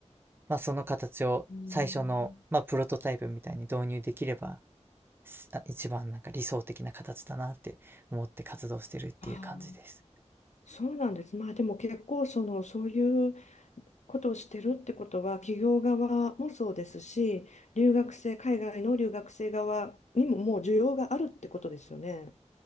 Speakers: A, on the right (about 20°); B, on the left (about 70°).
A: まあその形を最初のまあプロトタイプみたいに導入できれば
B: うーん。
A: すあ一番なんか理想的な形だなって思って活動してるっていう感じです。
B: ああ、そうなんです。まあでも結構、その、そういうことをしてるってことは、企業側もそうですし、留学生、海外の留学生側にももう需要があるってことですよね。